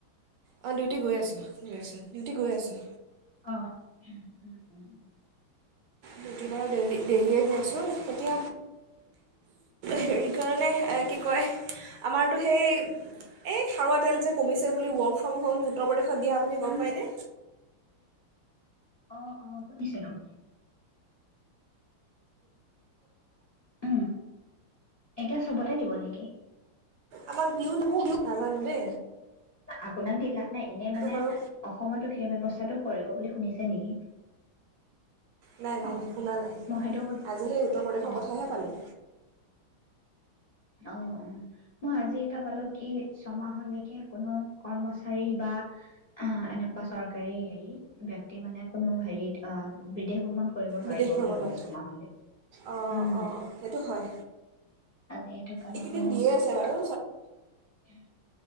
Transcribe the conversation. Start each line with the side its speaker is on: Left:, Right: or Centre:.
Right: অ ডিউটি গৈ আছো। ঐ আছো, ডিউটি গৈ আছোঁ।
Left: অ উম উম উম
Right: ডিউটি
Left: ঠিকে
Right: বাৰু ডেইলি
Left: আছে।
Right: -ডেইলিয়ে গৈ আছু। তেতিয়া। হেৰি কাৰণে কি কয় আমাৰতো সেই এই খাৰুৱা তেল যে কমিছে বুলি ৱৰ্ক ফ্ৰম হোম উত্তৰ প্ৰদেশত দিয়া বুলি
Left: উম
Right: গম পায়নে?
Left: অ' অ' শুনিছিলোঁ। উম এতিয়া চবতে নিব নেকি?
Right: আমাৰ <unintelligible> নাজানো দে।
Left: আপোনাক দি লাভ নাই, এনেই মানে
Right: বাৰু
Left: অসমতো সেই ব্যৱস্থাটো কৰিব বুলি শুনিছে নেকি,
Right: নাই নাই
Left: অ',
Right: নাই শুনা নাই
Left: মই সেইটো, অ',
Right: আজি সেই উত্তৰ প্ৰদেশৰ
Left: অ'।
Right: কথাহে পালোঁ
Left: অ অ মই আজি এটা পালো কি ছমাহলৈকে কোনো কৰ্মচাৰী বা অ এনেকুৱা চৰকাৰী হেৰি ব্যক্তি মানে কোনো হেৰিত অ বিদেশ ভ্ৰমণ কৰিব নোৱাৰিব
Right: বিদেশ ভ্ৰমণত
Left: বুলি কৈছে ছমাহলে
Right: অঁ
Left: উম।
Right: অঁ সেইটো হয়
Left: আজি সেইটো পালো
Right: এইকেইদিন
Left: উম।
Right: দিয়ে আছে বাৰু
Left: <unintelligible>